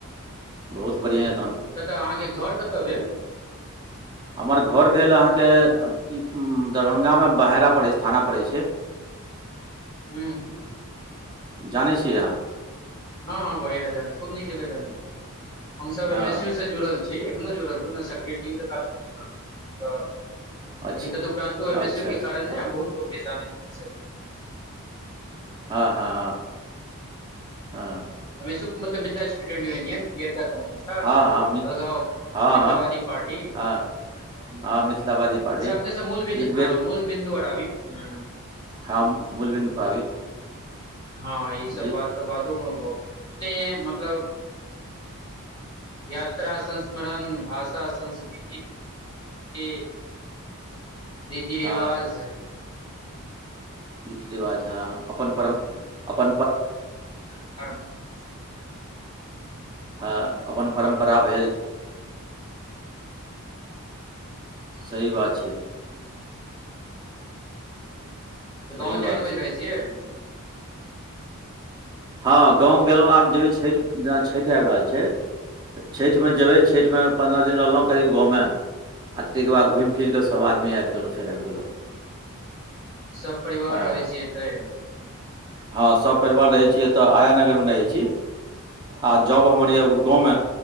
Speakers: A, on the right; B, on the left.
A: बहुत बढ़ियाँ
B: हुं, कतऽ अहाँके घर कतऽ भेल।
A: <inaudible> हमर घर भेल अहाँके ई उम्म दरभंगा मे बहरा पड़ै छै, थाना पड़ै छै।
B: हूं हू हूं।
A: जानै छियै अहाँ?
B: हँ हँ बहेरा जानी खूब नीक जकां जानी। हम सब एम
A: हँ
B: एस सी जुड़ल छी एखनो जुड़ल छी, सकरीय टीम तऽ काफी कमजोर भ गेलै तऽ
A: अच्छा
B: लेकिन तदुपरानतो एम
A: अच्छा
B: एस सी यो
A: अच्छा
B: के कारण ने बहुत लोक के जानै छै।
A: हँ हँ हँ हँ
B: अमेशो के मतलब मिथिला <unintelligible> पीयरका गमछा
A: हँ हँ मि
B: अलगाव
A: हँ
B: मिथिलावादी
A: हँ
B: पार्टी।
A: हँ
B: हं
A: हँ मिथिलावादी पार्टी
B: अच्छा अपने सब मूल बीन
A: एक
B: ह मूल बिन्दू पर आबी हूं।
A: खम मूल बिन्दु पर आबी।
B: हँ ई सब
A: जे
B: बात तऽ बादो मे भऽ सकैत, अपने मतलब यात्रा संस्मरण, भाषा संस्कृति के रीति रिवाज
A: हँ रीति रिवाज हंअ अपन परम - अपन पर
B: <inaudible>
A: हँअ अपन परम्परा भेल। सही बात छै।
B: तऽ
A: सही
B: गाँव जाइत
A: बात छै
B: होइत रहै छियइ?
A: हँ गाँव गेलौ आब जेबै छैठ - जेना छैठ आएब रहल छैय छैठ मे
B: अच्छा
A: जेबै छैठ मे पंन्द्रह दिन रहलौ करीब गाॅंव मे आ तयके बाद घुइम -फिरके सब आदमी आइब गेलौ फेर आइब गेलौ।
B: सब परिवार
A: हँ
B: रहय छियइ एतैय?
A: हँ सब परिवार रहै छी एतऽ आया नगर मे रहै छी। आ जौब हमर य गुडगांव में